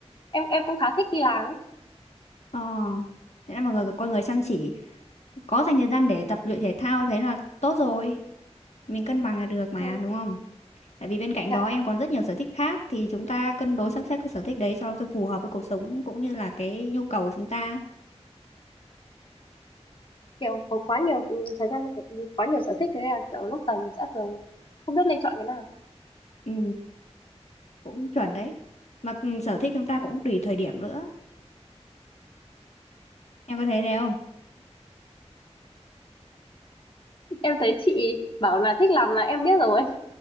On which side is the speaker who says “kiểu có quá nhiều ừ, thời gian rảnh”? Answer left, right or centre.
Left